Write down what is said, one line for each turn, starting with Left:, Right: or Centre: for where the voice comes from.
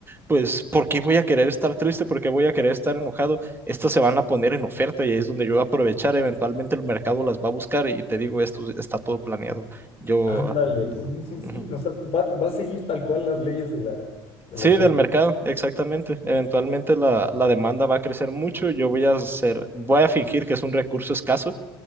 Right: pues, ¿por qué voy a querer estar triste? ¿Por qué voy a querer estar enojado? Estas se van a poner en oferta y ahí es donde yo voy a aprovechar, eventualmente el mercado las va a buscar y te digo, esto está todo planeado.
Left: <laughs>
Right: Yo,
Left: Ándale, sí, sí,
Right: ujú.
Left: sí. no, o sea, va, va a seguir tal cual las leyes de la, de
Right: Sí,
Left: la oferta.
Right: del mercado, exactamente. Eventualmente la, la demanda va a crecer mucho, yo voy a hacer, voy a fingir que es un recurso escaso